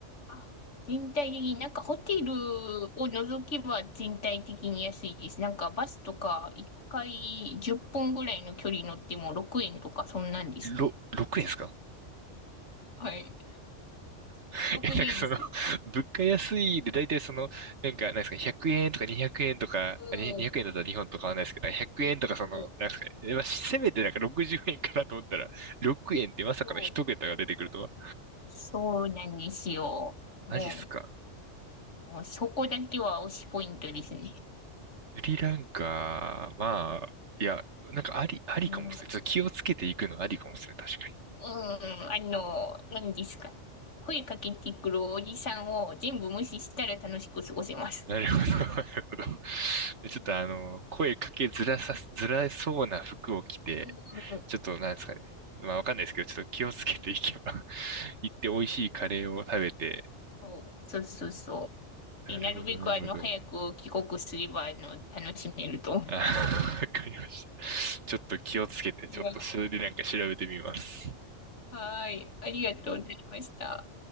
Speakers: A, on the left (about 70°); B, on the right (about 65°).
A: あ、全体的に、なんかホテルを除けば全体的に安いです。なんかバスとか、一回10分ぐらいの距離乗っても6円とか、そんなんです。
B: ろ、6円ですか
A: はい。
B: <laughs>
A: やばくないです。
B: え、なんかその、<laughs> 物価安いで大体その、なんか、なんですか、100円とか200円とか、
A: うん、
B: あ、に200円だったら日本と変わらないですけど、100円とかその、
A: うん、
B: なんですかね、えまあ、せめてなんか60円かなと思ったら、6円ってまさかの一桁が出てくるとは。
A: そう。そうなんですよ。も
B: マジっすか。
A: う、もうそこだけは推しポイントですね。
B: スリランカ、まあ、いや、なんかあり、ありかもっすね。
A: うん
B: ちょっと気をつけていくのありかもっすね。確かに。
A: うん、あの、何ですか。声かけてくるおじさんを全部無視したら楽しく過ごせます。
B: なるほど、<laughs> なるほど。でちょっとあの、声かけづらさ、づらそうな服を着て、
A: うん、うん、
B: ちょっとなんですかね。まあわかんないですけど、ちょっと気をつけていけば <laughs> 行って美味しいカレーを食べて。
A: そうそうそうそう。
B: なるほど、
A: で、なるべくあの、
B: なるほど。
A: 早く帰国すれば、あの、楽しめると思う。
B: あ、<laughs> わかりました。ちょっと気をつけて、
A: いや、
B: ちょっとそれでなんか調べてみます。
A: はい。ありがとうございました。